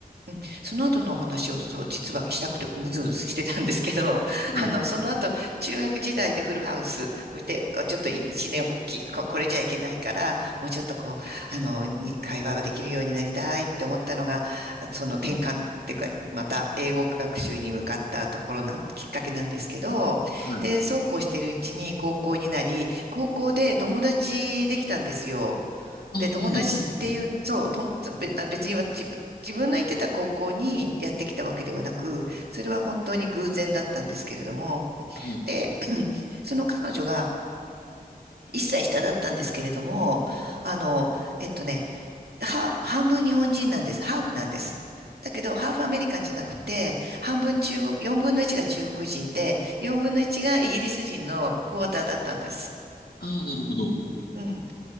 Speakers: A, on the right; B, on the left.
A: うんその後のお話をそう実はしたくてうずうずしてたんですけど、<laughs>
B: はい、
A: あの、その後、中学時代でフルハウス見て、あちょっと一年発起、こ、これじゃいけないから、もうちょっとこう、あの、に会話ができるようになりたいって思ったのが、その転換っていうか、また英語学習に向かったところなん、きっかけなんですけど、
B: はい。
A: で、そうこうしてるうちに高校になり、高校で友達できたんですよ。
B: あ、
A: で、
B: はい、
A: 友達っていう、そう、と、べあ別には自自分の行ってた高校にやってきたわけではなく、それは本当に偶然だったんですけれども、
B: はい。
A: で、<clears throat> その彼女が1歳下だったんですけれども、あの、えっとね、半半分日本人なんです。ハーフなんです。だけど、ハーフアメリカンじゃなくて、半分中国、4分の1が中国人で、4分の1がイギリス人のクォーターだったんです。
B: ああ、なるほど。
A: うん。